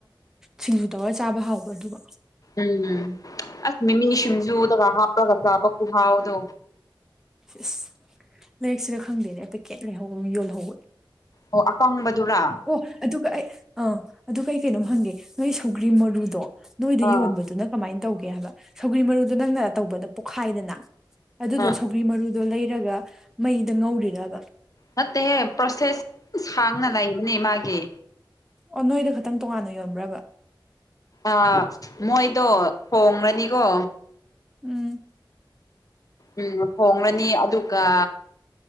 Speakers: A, in the centre; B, on the left.
A: ꯁꯤꯡꯖꯨ ꯇꯧꯔ ꯆꯥꯕ ꯍꯥꯎꯕ ꯑꯗꯨꯕꯣ꯫
B: ꯎꯝ ꯑꯁ ꯃꯤꯃꯤ ꯁꯤꯡꯖꯨꯗꯒ ꯍꯥꯞꯄꯒ ꯆꯥꯕ ꯈꯨꯨꯍꯥꯎꯗꯣ꯫
A: ꯁꯤꯁ ꯂꯩꯔꯤꯛꯁꯤꯒ ꯈꯪꯗꯦꯅꯦ ꯄꯦꯛꯀꯦꯠ ꯂꯩꯍꯧꯕ ꯌꯣꯜꯍꯧꯕ꯫
B: ꯑꯣ ꯑꯀꯪꯕꯗꯨꯔ꯫
A: ꯑꯣ ꯑꯗꯨꯒ ꯑꯩ ꯑꯥ ꯑꯗꯨꯒ ꯑꯩ ꯀꯩꯅꯣꯝ ꯍꯪꯒꯦ ꯅꯣꯏ ꯁꯧꯒ꯭ꯔꯤ ꯃꯔꯨꯗꯣ꯫ ꯅꯣꯏꯗ
B: ꯑꯥ
A: ꯌꯣꯟꯕꯗꯨꯅ ꯀꯃꯥꯏꯅ ꯇꯧꯒꯦ ꯍꯥꯏꯕ ꯁꯧꯒ꯭ꯔꯤ ꯃꯔꯨꯗꯣ ꯅꯪꯅ ꯇꯧꯕꯗꯨ ꯄꯨꯛꯈꯥꯏꯗꯅ꫰꫰ ꯑꯗꯨꯗꯣ
B: ꯑꯥ
A: ꯁꯧꯒ꯭ꯔꯤ ꯃꯔꯨꯗꯣ ꯂꯩꯔꯒ ꯃꯩꯗ ꯉꯧꯔꯤꯔꯕ꯫
B: ꯅꯠꯇꯦꯍꯦ ꯄ꯭ꯔꯣꯁꯦꯁ ꯁꯥꯡꯅ ꯂꯩꯕꯅꯤ ꯃꯥꯒꯤ꯫
A: ꯑꯣ ꯅꯣꯏꯗ ꯈꯛꯇꯪ ꯇꯣꯉꯥꯟꯅ ꯌꯣꯟꯕ꯭ꯔꯕ꯫
B: ꯑ ꯃꯣꯏꯗꯣ ꯊꯣꯡꯉꯥꯅꯤꯀꯣ꯫
A: ꯎꯝ꯫
B: ꯎꯝ ꯊꯣꯡꯂꯅꯤ ꯑꯗꯨꯒ